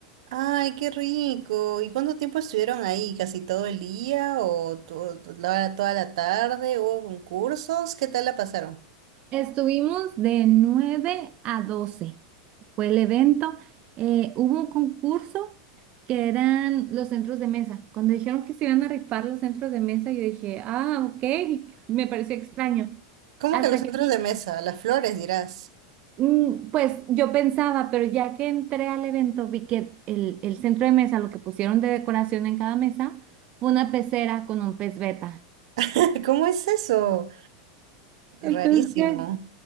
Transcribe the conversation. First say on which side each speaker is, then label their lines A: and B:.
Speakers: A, on the right; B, on the right.
A: <laughs> Ay, qué rico. ¿Y cuánto tiempo estuvieron ahí? ¿Casi todo el día o to- to- la- toda la tarde? ¿Hubo concursos? ¿Qué tal la pasaron?
B: Estuvimos de 9 a 12 fue el evento. Eh, hubo un concurso que eran los centros de mesa. Cuando dijeron que se iban a rifar los centros de mesa, yo dije, ah, ok, <laughs> me pareció extraño.
A: ¿Cómo
B: Hasta
A: que los centros
B: que vi,
A: de mesa? Las flores, dirás.
B: mm, pues yo pensaba, pero ya que entré al evento, vi que el, el centro de mesa, lo que pusieron de decoración en cada mesa, fue una pecera con un pez beta.
A: <laughs> ¿Cómo es eso?
B: Entonces,
A: Rarísimo.